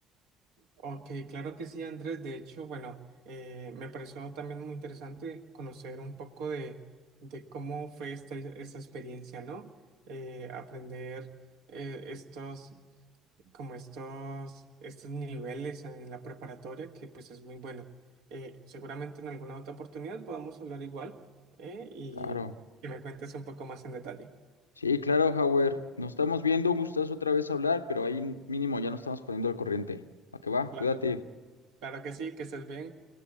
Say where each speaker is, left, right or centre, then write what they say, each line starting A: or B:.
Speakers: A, on the right; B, on the left.
A: Ok, claro que sí, Andrés. De hecho, bueno, eh, me pareció también muy interesante conocer un poco de, de cómo fue esta, esta experiencia, ¿no? Eh, aprender eh, estos como estos, estos niveles en la preparatoria, que pues es muy bueno. Eh, seguramente en alguna otra oportunidad podamos hablar igual eh, y
B: Claro.
A: que me cuentes un poco más en detalle.
B: Sí, claro, Howard. Nos estamos viendo, un gustazo otra vez hablar, pero ahí mínimo ya nos estamos poniendo al corriente. ¿A qué va?
A: Claro,
B: Cuídate.
A: claro que sí, que estés bien.